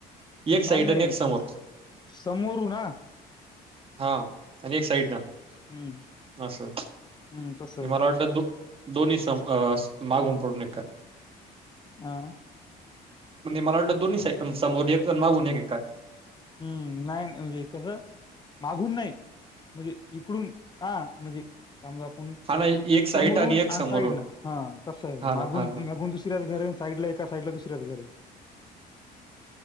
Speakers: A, on the right; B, on the left.
A: एक साइट
B: नाही नाही
A: न एक समोर.
B: समोरून हा
A: हा आणि एक साइड नं
B: हम्म
A: असं
B: हम्म तसं आहे
A: मला वाटलं दो दोन्ही स अं मागून पडून एक काय?
B: हा
A: म्हणजे मला वाटलं दोन्ही सा समोर एक जण मागून हे कि काय?
B: हम्म! नाही म्हणजे कसं मागून नाही म्हणजे इकडून हा म्हणजे समजा आपुण
A: हा ना एक साईट
B: समोरून
A: एक समोरून
B: आणि साईडनं. हा तसं हाय.
A: हा
B: मागून
A: ना हा ना
B: मागून दुसऱ्या घरये साईडला एका साईडला दुसऱ्या घर